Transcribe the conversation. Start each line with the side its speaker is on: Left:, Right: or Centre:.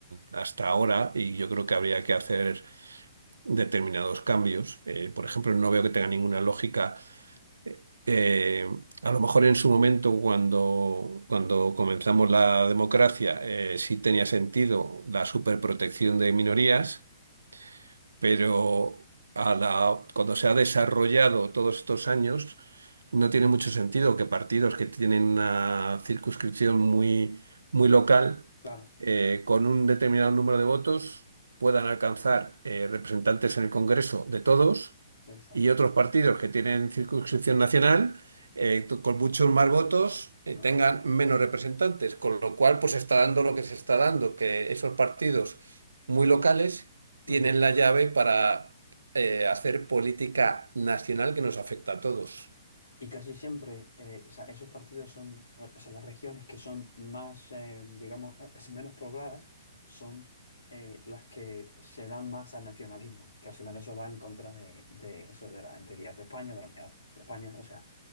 Right: hasta ahora y yo creo que habría que hacer determinados cambios. Eh, por ejemplo, no veo que tenga ninguna lógica. eh, a lo mejor en su momento, cuando, cuando comenzamos la democracia, eh, sí tenía sentido la superprotección de minorías pero a la- cuando se ha desarrollado todos estos años, no tiene mucho sentido que partidos que tienen una circunscripción muy, muy local,
Left: claro,
Right: eh, con un determinado número de votos, puedan alcanzar eh, representantes en el Congreso de todos
Left: exactamente.
Right: y otros partidos que tienen circunscripción nacional. eh, t- con muchos más votos, eh,
Left: No,
Right: tengan menos representantes, con lo cual pues está dando lo que se está dando, que esos partidos muy locales
Left: pa-
Right: tienen la llave para eh, hacer política nacional que nos afecta a todos.
Left: Y casi siempre eh, o sea, esos partidos son, eh, o sea, las regiones que son más, eh, digamos, eh, son menos pobladas, son eh, las que se dan más al nacionalismo, que al final eso va en contra de, de eso de la enteridad de España, de la unidad de España. O sea,